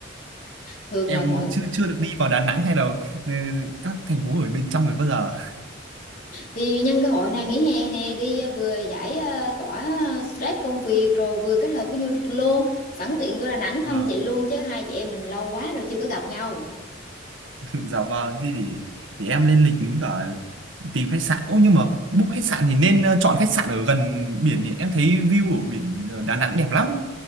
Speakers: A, on the left; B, on the right.
A: thường
B: em
A: là mọi
B: chưa chưa được đi vào Đà Nẵng hay là ừ, các thành phố ở bên trong đấy bao giờ
A: thì nhân cơ hội này nghỉ hè nè đi ờ, vừa giải ờ, tỏa ờ, stress công việc rồi vừa kết hợp với du lịch luôn sẵn tiện vô Đà Nẵng thăm
B: vâng
A: chị luôn chứ hai chị em mình lâu quá rồi chưa có gặp nhau
B: <laughs> dạ vâng thì để, để em lên lịch với cả tìm khách sạn ô nhưng mà book khách sạn thì nên ờ, chọn khách sạn ở gần biển nhỉ em thấy view ở biển ờ, Đà Nẵng đẹp lắm